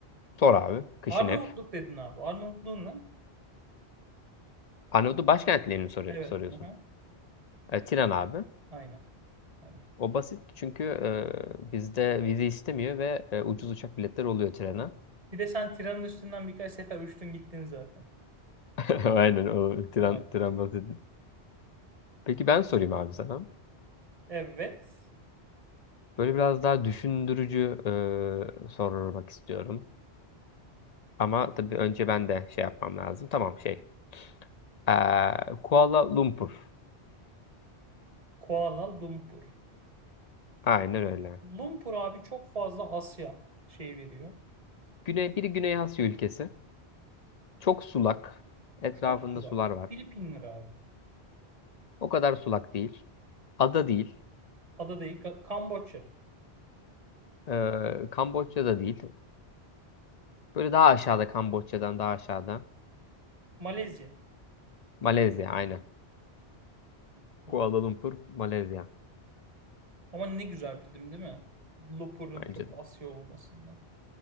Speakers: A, on the left; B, on the right.
A: Sor abi. Kışinev.
B: Arnavutluk dedin abi. Arnavutluğun ne?
A: Arnavutlu başkentlerini mi soru-
B: Evet.
A: soruyorsun.
B: Aha.
A: E, Tiran abi.
B: Aynen. Aynen.
A: O basit çünkü e, bizde vize istemiyor ve e, ucuz uçak biletleri oluyor trene.
B: Bir de sen tiranın üstünden birkaç sefer uçtun gittin zaten.
A: <laughs> Aynen o tren,
B: Evet.
A: tren basit. Peki ben sorayım abi sana.
B: Evet.
A: Böyle biraz daha düşündürücü e, sormak istiyorum. Ama tabii önce ben de şey yapmam lazım. Tamam şey. Eee, Kuala Lumpur.
B: Kuala Lumpur.
A: Aynen öyle.
B: Lumpur abi çok fazla Asya şey veriyor.
A: Güney, biri Güney Asya ülkesi. Çok sulak. Etrafında
B: Çok uzak.
A: sular var.
B: Filipinler abi.
A: O kadar sulak değil. Ada değil.
B: Ada değil. Ka- Kamboçya.
A: Eee Kamboçya'da değil. Böyle daha aşağıda Kamboçya'dan daha aşağıda.
B: Malezya.
A: Malezya aynen.
B: Bunlar.
A: Kuala Lumpur, Malezya.
B: Ama ne güzel bildim değil mi? Lumpur'un
A: Bence
B: çok
A: de.
B: Asya olmasından.